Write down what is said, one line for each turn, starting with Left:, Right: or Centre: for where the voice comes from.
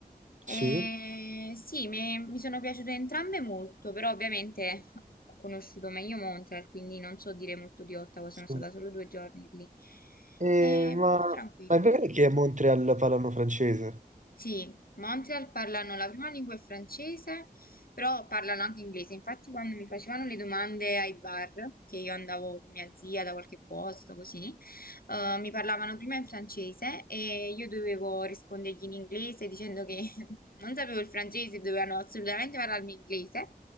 Left: E
Right: sì.
Left: sì, mi, mi sono piaciute entrambe molto, però ovviamente <laughs> ho conosciuto meglio Montreal, quindi non so dire molto di Ottawa,
Right: sì.
Left: sono stata solo due giorni lì.
Right: Eh,
Left: È
Right: ma...
Left: molto tranquillo.
Right: ma è vero che a Montreal parlano francese?
Left: Sì, Montreal parlano la prima lingua è francese, però parlano anche inglese. Infatti, quando mi facevano le domande ai bar, che io andavo con mia zia da qualche posto, così, eh, mi parlavano prima in francese e io dovevo rispondergli in inglese dicendo che <laughs> non sapevo il francese, dovevano assolutamente parlarmi inglese.